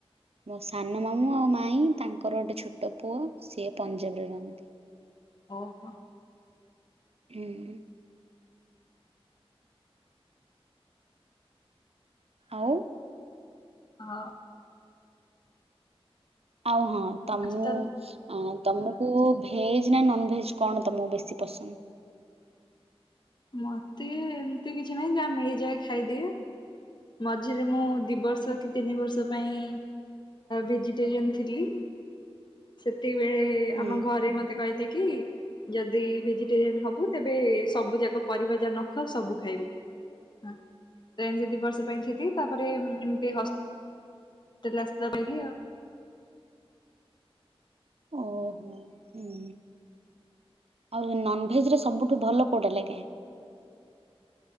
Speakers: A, on the right; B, on the left.
A: ମୋ ସାନ ମାମୁଁ ଆଉ ମାଇଁ ତାଙ୍କର ଗୋଟେ ଛୋଟ ପୁଅ ସିଏ ପଞ୍ଜାବରେ ରହନ୍ତି।
B: ଓହୋ!
A: ହୁଁ। ଆଉ?
B: ହଁ।
A: ଆଉ ହଁ ତ ମୁଁ
B: ଆଜି ତାହେଲେ
A: ଆ ତମକୁ ଭେଜ୍‌ ନା ନନ୍‌ ଭେଜ୍‌ କଣ ତମକୁ ବେଶୀ ପସନ୍ଦ?
B: ମତେ ଏମିତି କିଛି ନାହିଁ ଯାହା ମିଳିଯାଏ ଖାଇଦିଏ। ମଝିରେ ମୁଁ ଦି ବର୍ଷ କି ତିନି ବର୍ଷ ପାଇଁ ଭେଜିଟେରିୟନ ଥିଲି। ସେତିକବେଳେ
A: ହୁଁ
B: ଆମ ଘରେ ମତେ କହିଥିଲେ କି ଯଦି ଭେଜିଟେରିଆନ ହବୁ ତେବେ ସବୁ ଯାକ ପରିବା ଯାହା ନ ଖାଉ ସବୁ ଖାଇବୁ। ତେ ଏମିତି ଦି ବର୍ଷ ପାଇଁ ଯିବି ତା ପରେ ଏମିତି ହଷ୍ <unintelligible>
A: ଓହୋ ହୁଁ। ଆଉ ନନ୍ ଭେଜ ରେ ସବୁଠୁ ଭଲ କଉଟା ଲାଗେ?